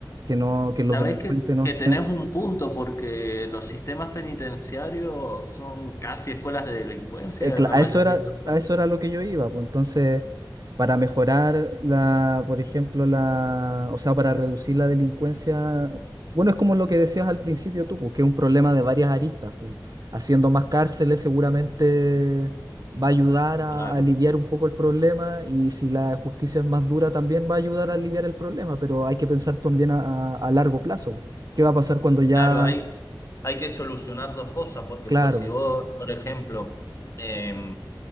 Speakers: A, on the right (about 50°); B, on the left (about 40°).
A: que no, que
B: Sabes
A: los delincuentes
B: que,
A: no
B: que
A: estén.
B: tenés un punto porque los sistemas penitenciarios son casi escuelas de delincuencia
A: eh, cla-
B: en la
A: a
B: mayoría
A: eso era,
B: de los casos.
A: a eso era lo que yo iba, pues entonces, para mejorar la, por ejemplo, la, o sea, para reducir la delincuencia, bueno, es como lo que decías al principio tú, pues que es un problema de varias aristas, pues, haciendo más cárceles seguramente va a ayudar a,
B: Claro,
A: a aliviar un poco el problema y si la justicia es más dura también va a ayudar a aliviar el problema, pero hay que pensar también a, a- a largo plazo, ¿qué va a pasar cuando ya,
B: claro, hay, hay que solucionar dos cosas porque
A: claro,
B: por si vos, por ejemplo, eh,